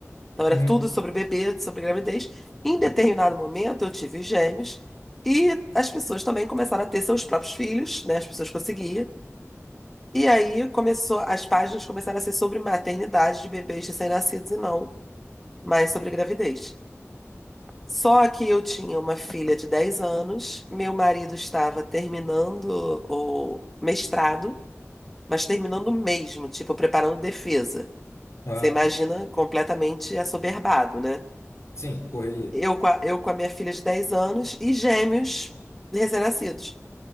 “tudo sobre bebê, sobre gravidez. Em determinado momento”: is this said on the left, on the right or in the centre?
Centre